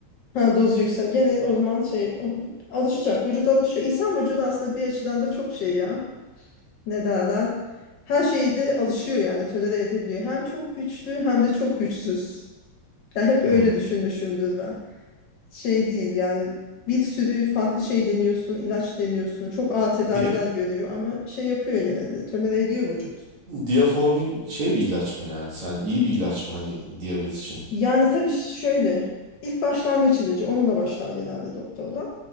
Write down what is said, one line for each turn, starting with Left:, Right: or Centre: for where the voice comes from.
Left: Ha, dozu yüksel. Gene o zaman şey o- alışacak. Vücut alışıyor. İnsan vücudu aslında bir açıdan da çok şey ya. Ne derler? Her şeyde alışıyor yani tolere edebiliyor. Hem çok güçlü hem de çok güçsüz. Ya hep öyle
Right: Hmm.
Left: düşünmüşümdür ben. Şey değil yani bir sürü farklı şey deniyorsun, ilaç deniyorsun. Çok ağır tedaviler
Right: Dia-
Left: görüyor ama şey yapıyor gene de tolere ediyor vücut.
Right: Diaformin şey bir ilaç mı yani? Sen iyi bir ilaç mı hani diyabet için?
Left: Yani tabii şöyle ilk başlangıç ilacı onunla başlar genelde doktorlar.